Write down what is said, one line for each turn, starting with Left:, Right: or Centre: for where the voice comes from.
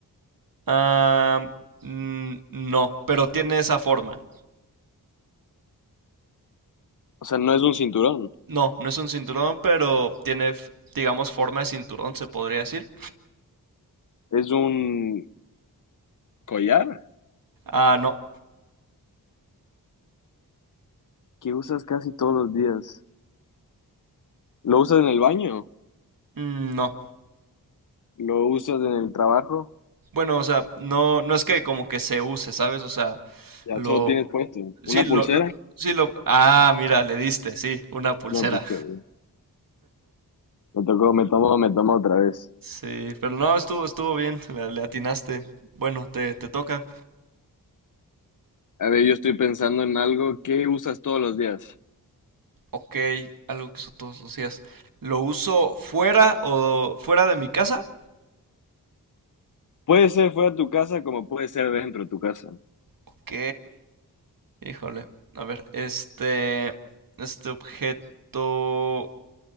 Right: Ah, mm, no, pero tiene esa forma.
Left: O sea, no es un cinturón,
Right: No, no es un cinturón, pero tiene, f- digamos, forma de cinturón, se podría decir.
Left: es un collar
Right: Ah, no,
Left: que usas casi todos los días. Lo usas en el baño,
Right: Mm, no.
Left: lo usas en el trabajo,
Right: Bueno, o sea, no, no es que como que se use, ¿sabes? O sea,
Left: ya
Right: lo,
Left: solo tienes puesto.
Right: sí,
Left: Una
Right: lo,
Left: pulsera,
Right: lo- sí lo, ah, mira, le diste, sí, una pulsera.
Left: no, pues, eh, me tocó, me tomo, me tomo otra vez.
Right: Sí, pero no, estuvo, estuvo bien, le, le atinaste. Bueno, te, te toca.
Left: A ver, yo estoy pensando en algo que usas todos los días.
Right: Ok, algo que uso todos los días. ¿Lo uso fuera o fuera de mi casa?
Left: Puede ser fuera de tu casa como puede ser dentro de tu casa.
Right: Ok, híjole. A ver, este, este objeto.